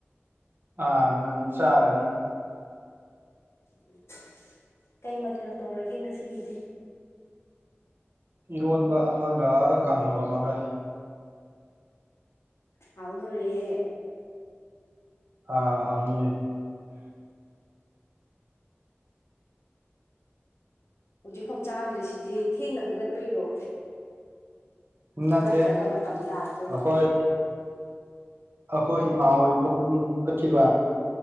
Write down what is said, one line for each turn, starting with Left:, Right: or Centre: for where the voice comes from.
Right: ꯑꯥ ꯉꯅꯤ ꯆꯥꯔꯅꯤ
Left: ꯎꯝ ꯀꯩ ꯃꯊꯦꯜ ꯇꯧꯔꯒꯦ ꯉꯁꯤꯒꯤꯗꯤ
Right: ꯏꯔꯣꯟꯕ ꯑꯃꯒ ꯀꯥꯡꯍꯧ ꯑꯃꯒ
Left: ꯍꯥꯎꯗꯣꯣꯔꯦ
Right: ꯑꯥ ꯍꯥꯎꯉꯌꯦ
Left: ꯍꯧꯖꯤꯛꯐꯥꯎ ꯆꯥꯗ꯭ꯔꯤꯁꯤꯗꯤ ꯊꯦꯡꯅ ꯍꯧꯒꯠꯄꯩꯔꯣ
Right: ꯅꯠꯇꯦ
Left: ꯅꯠꯇ꯭ꯔꯒꯝꯕ ꯇꯝ ꯇ ꯍꯥꯏꯗꯕꯩꯒꯣ
Right: ꯑꯩꯈꯣꯏ ꯑꯩꯈꯣꯏ ꯏꯃꯥ ꯍꯣꯏ ꯂꯧ ꯀꯨꯝ ꯆꯠꯈꯤꯕ